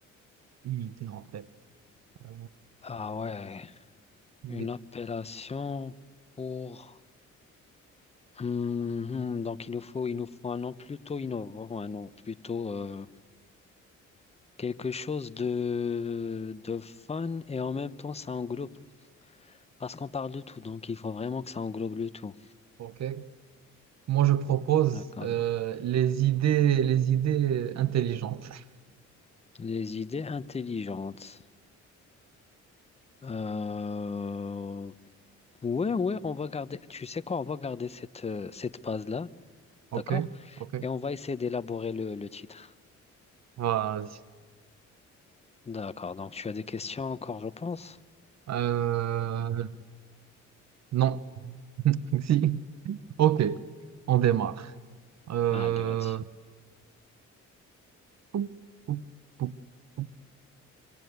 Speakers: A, on the right (about 60°); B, on the left (about 20°).
A: une idée en tête. Euh,
B: Ah ouais.
A: les-
B: Une appellation pour. Hum, hum, donc il nous faut, il nous faut un nom plutôt innovant, un nom plutôt euh, quelque chose de, de fun et en même temps ça englobe. Parce qu'on parle de tout, donc il faut vraiment que ça englobe le tout.
A: ok. Moi, je propose
B: D'accord.
A: euh, les idées, les idées intelligentes. <laughs>
B: Les idées intelligentes. Euh, Ouais, ouais, on va garder, tu sais quoi, on va garder cette, euh, cette base-là,
A: Ok,
B: d'accord?
A: ok.
B: Et on va essayer d'élaborer le, le titre.
A: Vas-y.
B: D'accord, donc tu as des questions encore, je pense?
A: Euh, non, <laughs> si. Ok, on démarre. Euh,
B: Allez, vas-y.
A: Pou, pou, pou, pou.